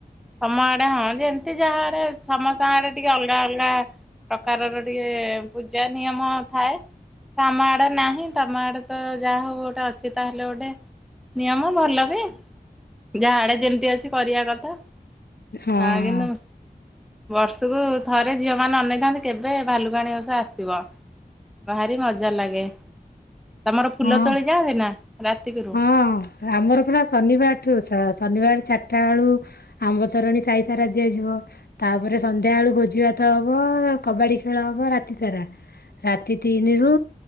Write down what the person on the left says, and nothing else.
ହଁ।
ହଁ
ହଁ ଆମର ପୁରା ଶନିବାରଠୁ ଶନିବାର ଚାରିଟା ବେଳୁ ଆମ୍ବ ତରଣୀ ସାହି ସାରା ଦିଆଯିବ। ତାପରେ ସନ୍ଧ୍ୟାବେଳୁ ଭୋଜିଭାତ ହବ କବାଡି ଖେଳ ହବ ରାତି ସାରା। ରାତି ତିନିରୁ